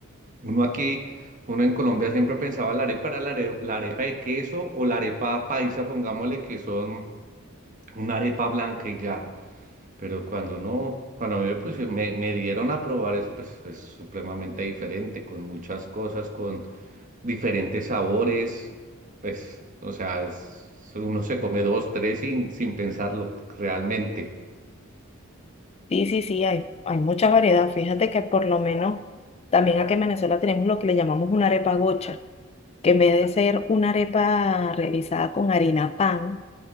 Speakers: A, on the right (about 40°); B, on the left (about 30°).
A: Uno aquí, uno en Colombia siempre pensaba la arepa era la are- la arepa, de queso o la arepa paisa, pongámosle que son una arepa blanca y ya. Pero cuando no, cuando a mí me, pusieron- me, me dieron a probar eso, pues es supremamente diferente, con muchas cosas, con diferentes sabores, pues, o sea, es- uno se come dos, tres sin, sin pensarlo realmente.
B: Sí, sí, sí, hay, hay mucha variedad. Fíjate que por lo menos también aquí en Venezuela tenemos lo que le llamamos una arepa gocha, que en vez de ser una arepa realizada con harina pan,